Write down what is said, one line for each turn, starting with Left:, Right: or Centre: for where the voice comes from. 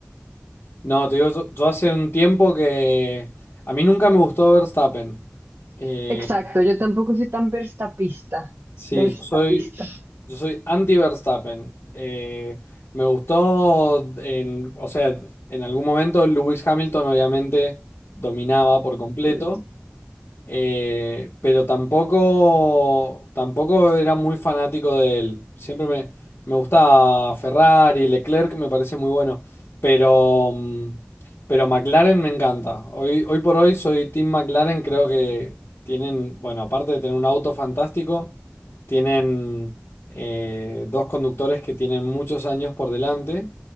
Left: No, te digo, yo, yo hace un tiempo que a mí nunca me gustó Verstappen. Eh,
Right: Exacto, yo tampoco soy tan verstapista.
Left: sí,
Right: Verstapista,
Left: yo soy, Yo soy anti Verstappen. Eh, me gustó, en, o sea, en algún momento Lewis Hamilton obviamente dominaba por completo,
Right: sí.
Left: eh, pero tampoco, tampoco era muy fanático de él. Siempre me, me gustaba Ferrari, Leclerc me parece muy bueno. Pero, mm, pero McLaren me encanta. Hoy, hoy por hoy soy Team McLaren. Creo que tienen, bueno, aparte de tener un auto fantástico, tienen eh, dos conductores que tienen muchos años por delante.